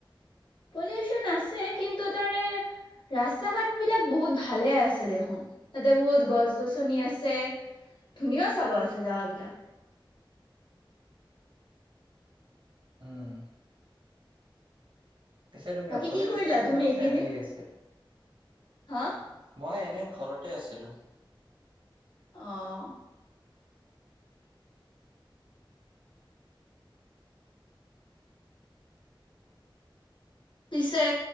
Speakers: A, on the left (about 60°); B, on the right (about 65°).
A: পলিউচন আছে কিন্তু তাৰে ৰাস্তা ঘাট বিলাক বহুত ভালে আছে দেখোন তাতে বহুত গছ গছনি আছে ধুনীয়া চাব আছে জাগাবলাক
B: উম পিছে তুমি
A: বাকী
B: অকলে
A: কি
B: গৈছিলা
A: কৰিলা তুমি
B: না
A: এইকেইদিন
B: ফেমিলি আছিল‌
A: হা
B: মই এনে ঘৰতে আছিলোঁ‌
A: অ‌ পিছে‌